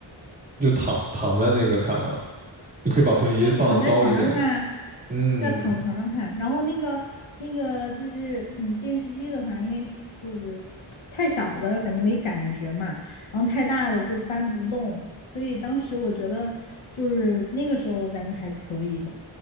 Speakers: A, on the right (about 15°); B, on the left (about 75°).
A: 就躺躺在那个看啊，你可以把投影仪放高一点，
B: 就躺在床上看啊，
A: 嗯
B: 对啊，躺床上看。然后那个那个就是嗯，电视机的话，因为就是太小的感觉没感觉嘛，然后太大的就搬不动，所以当时我觉得就是那个时候我感觉还可以的，